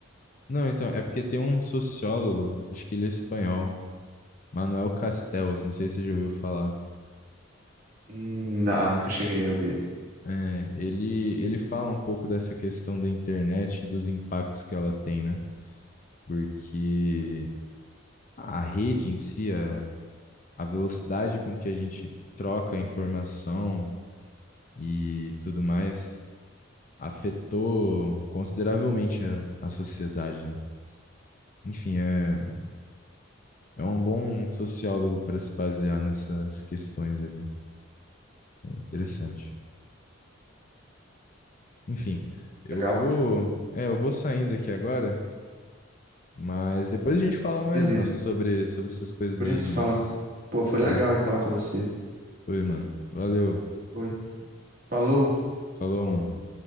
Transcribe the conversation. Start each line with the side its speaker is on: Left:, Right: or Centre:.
Left: não, então, é porque tem um sociólogo, acho que ele é espanhol, Manuel Castells, não sei se você já ouviu falar.
Right: Hum, Não, nunca cheguei a ouvir.
Left: É, ele, ele fala um pouco dessa questão da internet e dos impactos que ela tem, né? Porque a rede em si, a a velocidade com que a gente troca informação e tudo mais afetou consideravelmente a, a sociedade, né? Enfim, é, é um bom sociólogo para se basear nessas questões ali. É interessante.
Right: Uhum.
Left: Enfim, eu
Right: Legal,
Left: vou, é, eu vou saindo aqui agora, mas depois a gente fala mais,
Right: beleza.
Left: mano, sobre, sobre essas coisas
Right: Por
Left: aí,
Right: isso
Left: mas
Right: fala. Pô, foi legal
Left: é,
Right: ir falar com você.
Left: foi, mano. Valeu.
Right: Foi. Falou.
Left: Falou, mano.